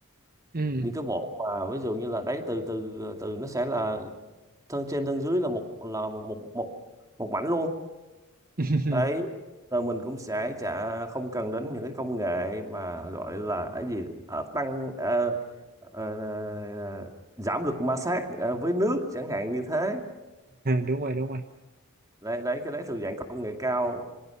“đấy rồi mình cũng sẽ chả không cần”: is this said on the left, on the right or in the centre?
Right